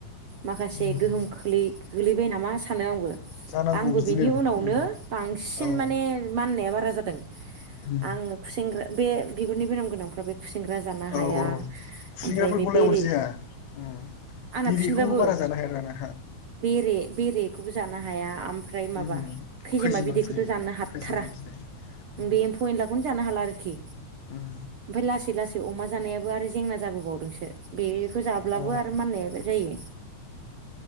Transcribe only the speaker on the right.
माखासे
गोहोम खोलोय गोलैबाय नामा सानो आंबो।
आंबो
बिनि उनावनो
बां सिन
माने मान्नाया बारा जादों
आं खुसेंग्रा बे बिगुरनि बेराम गोनांफ्रा बे खुसेंग्रा जानो
हाया
ओमफ्राय बे बेरे
आंना
खुसेंग्राबो।
बेरे बेरेखौबो जानो हाया ओमफ्राय माबा
खैजोमा
बिदैखौ
थ' जानो हाथारा
बे एम्फौ एनलाखौनो जानो हाला आरोखि।
ओमफाय लासै लासै अमा जानायाबो आरो जेंना जाबो बावदोंसो बेखौ जाब्लाबो
आरो
मन्नायाबो जायो।